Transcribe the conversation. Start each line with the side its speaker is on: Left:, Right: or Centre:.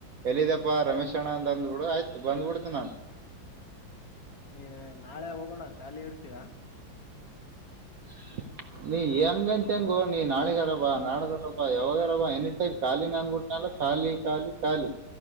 Right: ಎಲ್ಲಿದಪ್ಪ ರಮೇಶ್ಣ್ ಅಂತಂದು. ನಡ ಆಯ್ತು ಬಂದ್ಬಡ್ತ ನಾನು.
Left: ನೀ ನಾಳೆ ಹೋಗೋಣ ಖಾಲಿ ಇರ್ತೀಯಾ.
Right: <unintelligible> ನೀ ಹೆಂಗಂತ ಹೆಂಗ. ನೀ ನಾಳಗಾರಬಾ ನಾಡದಾರಬಾ ಯಾವಾಗಾರಬಾ ಎನಿಟೈಮ್ ಖಾಲಿ ಅನ್ಬುಟ್ಟನಲ್ಲ ಖಾಲಿ ಖಾಲಿ ಖಾಲಿ.